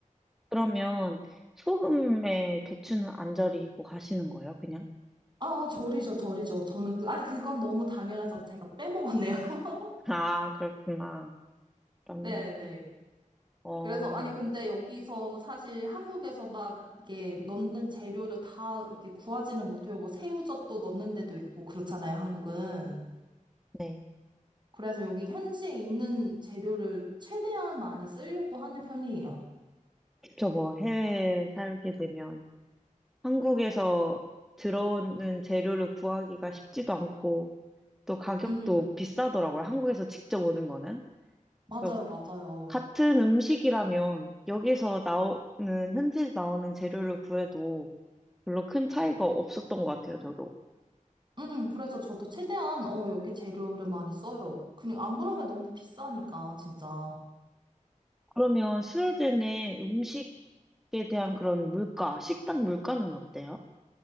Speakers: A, in the centre; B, on the right.
A: 그러면, 소금에 대추는 안 절이고 하시는 거예요, 그냥?
B: 아, 절이죠, 절이죠. 저는 그, 아니, 그건 너무 당연해서 제가 빼먹었네요. <laughs>
A: 아, 그렇구나. 그럼,
B: 네, 네.
A: 어,
B: 그래서, 아니, 근데 여기서 사실 한국에서 막 이게 넣는 재료를 다 이렇게 구하지는 못해요. 뭐 새우젓도 넣는 데도 있고, 그렇잖아요, 한국은.
A: 네.
B: 그래서 여기 현지에 있는 재료를 최대한 많이 쓰려고 하는 편이에요.
A: 저 뭐 해외에 살게 되면 한국에서 들어오는 재료를 구하기가 쉽지도 않고 또 가격도
B: 음,
A: 비싸더라고요. 한국에서 직접 오는 거는.
B: 맞아요,
A: 그래서
B: 맞아요.
A: 같은 음식이라면 여기서 나오는, 현지에서 나오는 재료를 구해도 별로 큰 차이가 없었던 것 같아요, 저도.
B: 음, 그래서 저도 최대한, 어, 여기 재료를 많이 써요. 그냥 안 그러면 너무 비싸니까, 진짜.
A: 그러면 스웨덴의 음식에 대한 그런 물가, 식당 물가는 어때요?